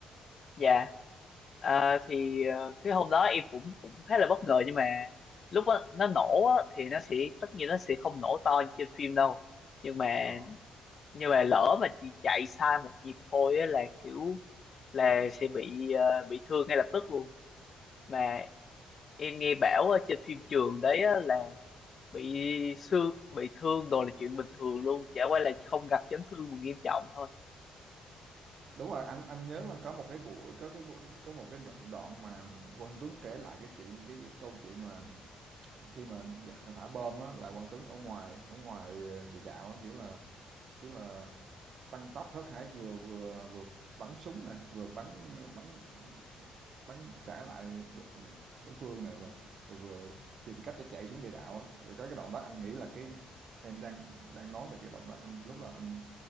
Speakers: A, on the left; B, on the right.
A: Dạ Ờ, thì ờ, cái hôm đó em cũng cũng khá là bất ngờ nhưng mà lúc đó, nó nổ á, thì nó sẽ tất nhiên nó sẽ không nổ to như trên phim đâu nhưng mà
B: rồi
A: nhưng mà lỡ mà chị chạy sai một nhịp thôi á, là kiểu là sẽ bị ờ, bị thương ngay lập tức luôn mà em nghe bảo ở trên phim trường đấy á, là bị xương bị thương đồ là chuyện bình thường luôn chả qua là không gặp chấn thương mà nghiêm trọng thôi
B: Đúng rồi, anh anh nhớ là có một cái buổi có cái buổi, có một cái đoạn mà Quang Tuấn kể lại cái chuyện cái, cái câu chuyện mà khi mà giặc thả bom á là Quang Tuấn ở ngoài ở ngoài ờ, địa đạo á, kiểu là kiểu là tăng tốc hớt hải vừa vừa vừa bắn súng này vừa bắn ờ, bắn bắn trả lại đo- đối phương này vừa vừa, vừa tìm cách để chạy xuống địa đạo á rồi có cái đoạn đó anh nghĩ là cái em đang đang nói về cái đoạn đó anh lúc đó anh